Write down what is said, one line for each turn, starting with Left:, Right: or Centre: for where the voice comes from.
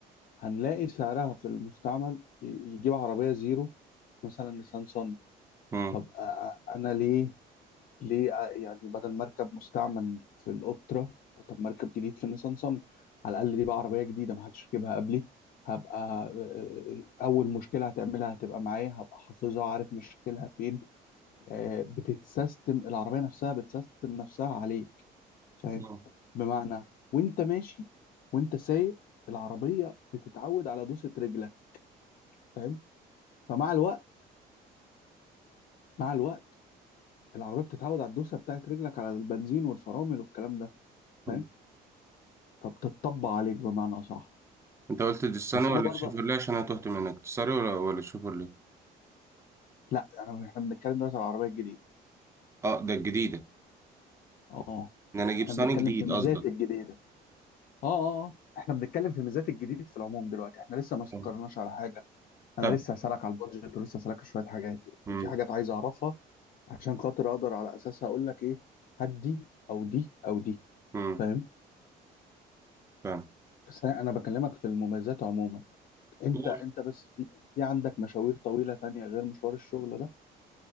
Left: هنلاقي سعرها في المستعمل ي- يجيب عربية زيرو مثلا نيسان صني
Right: مم.
Left: طب أ- أ- انا ليه ليه آه، يعني بدل مركب مستعمل في الاوبترا طب مركب جديد في النيسان صني على الاقل دي بقى عربيه جديده ما حدش ركبها قبلي هبقى آه، اول مشكله هتعملها هتبقى معايا هبقى حافظها عارف مشكلها فين آه، بتتسيستم العربيه نفسها بتسيستم نفسها عليك فاهم
Right: مم.
Left: بمعنى وانت ماشي وانت سايق العربيه بتتعود على دوسه رجلك فاهم فمع الوقت مع الوقت العربيه بتتعود على الدوسه بتاعت رجلك على البنزين والفرامل والكلام ده
Right: مم.
Left: فاهم فبتطبق عليك بمعنى اصح
Right: أنت قلت دي
Left: بس
Right: ولا
Left: انا برضه
Right: تشيفرلي عشان أنا تهت منك دي ولا ولا تشيفرلي؟
Left: لا يعني احنا بنتكلم دلوقتي على العربيه الجديده
Right: أه ده الجديدة
Left: اه
Right: إن أنا أجيب
Left: احنا
Right: صني
Left: بنتكلم
Right: جديد
Left: في ميزات
Right: قصدك
Left: الجديده اه اه آه. احنا بنتكلم في ميزات الجديد في العموم دلوقتي احنا لسه ما استقرناش
Right: آه.
Left: على حاجه انا
Right: طب
Left: لسه هسالك على البادجت ولسه هسالك شويه حاجات
Right: مم.
Left: في حاجات عايز اعرفها عشان خاطر اقدر على اساسها اقول لك ايه هات دي او دي او دي
Right: مم.
Left: فاهم
Right: فاهم
Left: بس انا أنا بكلمك في المميزات عموما انت
Right: قول
Left: انت بس في في عندك مشاوير طويله تانية غير مشوار الشغل ده